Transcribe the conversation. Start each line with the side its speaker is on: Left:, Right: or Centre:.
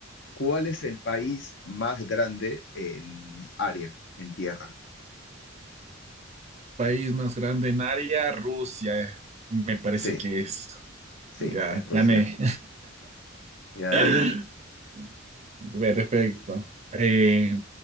Left: ¿cuál es el país más grande en área, en tierra?
Right: País más grande en área, Rusia, eh, me parece
Left: Sí,
Right: que es.
Left: sí,
Right: Ya,
Left: es Rusia.
Right: gané.
Left: ¿Ya
Right: <laughs>
Left: ves?
Right: Perfecto. Eh,